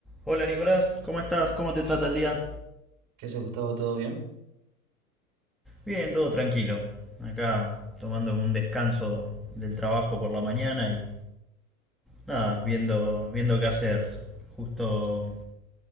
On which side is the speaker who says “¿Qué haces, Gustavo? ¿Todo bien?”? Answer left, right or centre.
Right